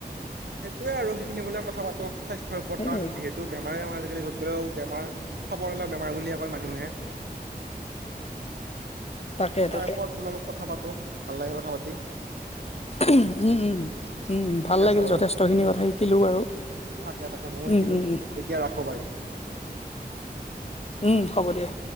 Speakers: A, on the right; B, on the left.
A: সেইটোৱে আৰু সেইখিনি বোলে কথা পাতোঁ স্বাস্থ্যৰ ওপৰত
B: সেই
A: কাৰণ
B: আৰু
A: যিহেতু বেমাৰে আমাৰ আজিকালি এনেও বেমাৰ খবৰ ল'লে বেমাৰ বুলিয়ে কয় মানুহে।
B: তাকে
A: তাৰেপৰত
B: তাকে
A: বোলো অলপ কথা পাতো ভাল লাগে কথা পাতি।
B: উহু, উম, উম, উম, ভাল
A: ঠিক
B: লাগিল
A: আছে বাৰু
B: যথেষ্টখিনি
A: উম
B: কথা শিকিলো বাৰু।
A: তাকে তাকে ময়ও শিকিলো,
B: উম উম উম
A: এতিয়া ৰাখো বাৰু।
B: উম, হ'ব দিয়া।